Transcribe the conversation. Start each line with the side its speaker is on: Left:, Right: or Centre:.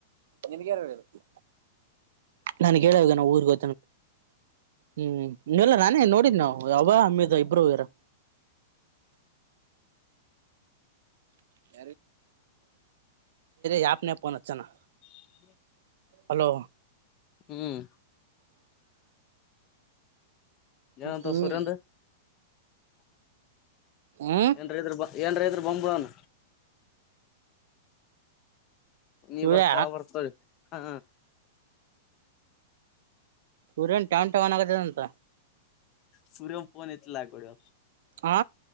Right: ನಿನ್ಗ ಯಾರು ಹೇಳಿದ್ದು ನನ್ಗ್ ಹೇಳೇ ಹೋಗ್ಯಾನಾ ಊರ್ ಗೊ ಹ್ಮ್ ಇಲ್ಲ ನಾನೇ ನೋಡಿದ್ನ ಅವ್ ಅವ ಹಮ್ಮಿದ ಇಬ್ಬರು ಹೋಗ್ಯಾರ <unintelligible> ಯಾಪ್ನ್ಯಾಗ ಪೋನ ಹಚ್ಚನಾ
Left: <inaudible>
Right: ಹಲೋ
Left: ಹ್ಮ್ ಏನಂತವ್
Right: ಹ್ಮ್
Left: ಸುರ್ಯಾಂದು
Right: ಹ್ಮ್
Left: ಏನ್ರ ಇದ್ರ ಬಾ ಏನ್ರ ಇದ್ರ ಬಂದ್ಬಿಡನ್ ನೀ
Right: ಸೂರ್ಯ
Left: ಬರ್ತೆ ಅವ ಬರ್ತ ಹಾ
Right: ರೇನ್ ಟ್ಯಾವ್ ಟ್ಯಾವ್ ಅನ್ನಾಕತ್ತದ್ ಅಂತ
Left: ಸೂರ್ಯಮ್ ಪೋನ್ ಎತ್ಲಾಲಾಗೊಡೆ
Right: ಆ